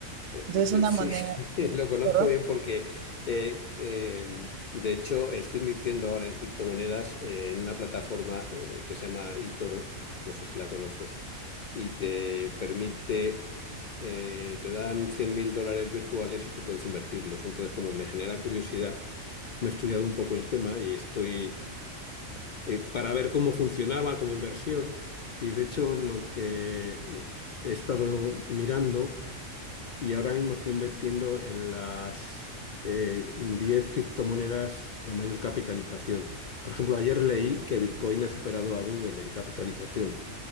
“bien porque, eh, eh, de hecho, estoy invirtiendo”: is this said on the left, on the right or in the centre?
Left